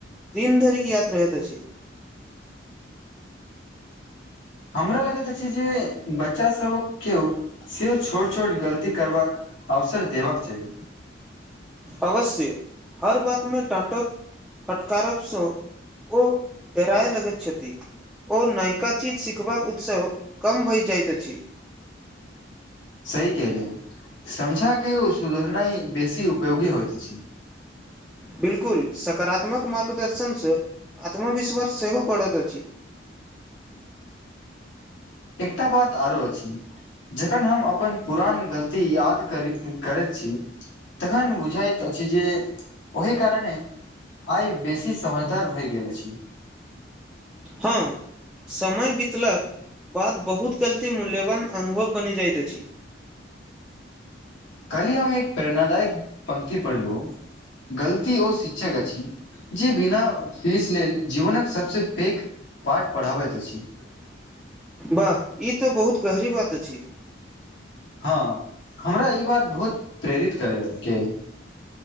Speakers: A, in the centre; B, on the left (about 85°).
A: दिन धर यात्र रहैत अछि
B: हमरा लगैत अछि जे बच्चासभक केओ सेहो छोट छोट गलती करबाक अवसर देबाक चाही
A: अवश्य हर बातमे टाँटब फटकारबसँ ओ डेराय लगैत छथि ओ नयका चीज सिखबाक उत्सव कम भए जाइत अछि
B: सही केलियै समझाक के ओ सुधरनाई बेसी उपयोगी होयत अछि
A: बिल्कुल सकारात्मक मार्गदर्शनसँ आत्मविश्वास सेहो बढ़ैत अछि
B: एकटा बात आरो अछि जखन हम अपन पुरान गलती याद करी करैत छी तखन बुझाइत अछि छी जे ओहि कारणे आइ बेसी समझदर भय गेल अछि
A: हँ समय बितलक बात बहुत गलती मूल्यवान अनुभव बनि जाइत अछि
B: कहलिय हम एक प्रेरणादायक पंक्ति पढ़लहुँ गलती ओ शिक्षक अछि जे बिना फीस लेल जीवनक सभसँ पेघ पाठ पढ़ाबैत अछि
A: वाह ई तऽ बहुत गहरी बात अछि
B: हँ हमरा ई बात बहुत प्रेरित करैके